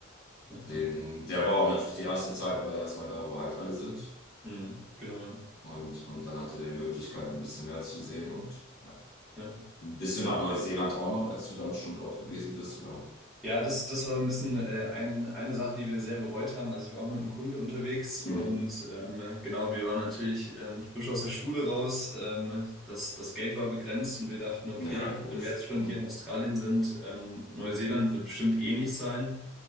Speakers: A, in the centre; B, on the left.
A: ja,
B: Den,
A: ja.
B: der war auch natürlich die erste Zeit, weil er erstmal da, wo halt alle sind.
A: Hm, genau,
B: Und, und dann hatte er die Möglichkeit, ein bisschen mehr zu sehen und ja.
A: ja.
B: Ein bisschen nach Neuseeland auch noch, als du dann schon dort gewesen bist, oder?
A: Ja, das, das war ein bisschen äh, ein, eine Sache, die wir sehr bereut haben. Also ich war auch mit einem Kumpel unterwegs
B: Mhm.
A: und ähm, genau, wir waren natürlich ähm, frisch aus der Schule raus. Ähm, das, das Geld war begrenzt und wir dachten, okay,
B: Ja, logisch.
A: wenn wir jetzt schon
B: Mhm.
A: hier in Australien sind, ähm, Neuseeland wird bestimmt ähnlich sein.